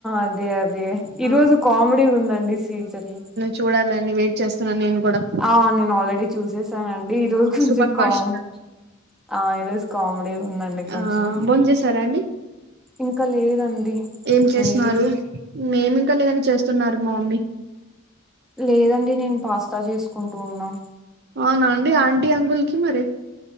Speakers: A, in the centre; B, on the right.
A: అదే అదే ఈరోజు
B: అవును
A: కామెడీగ ఉందండి సీ టీజరీ
B: చూడల్లని వెయిట్ చేస్తున్న నేను కూడా.
A: ఆ నేను ఆల్రెడీ చూసేసానండి. ఈరోజు కొంచెం
B: సూపర్ ఫాస్ట్
A: కామ్ ఆ ఈరోజు కామెడీగ ఉందండి కొంచెం.
B: ఆ భోంచేసారా అండి
A: ఇంక లేదండి.
B: ఏం చేస్తున్నారు?
A: మీరు
B: మేమింకా లేదండి చేస్తున్నారు మా మమ్మీ.
A: లేదండి నేను పాస్త చేసుకుంటూ ఉన్నా.
B: అవునా అండి ఆంటీ అంకుల్ కి మరి?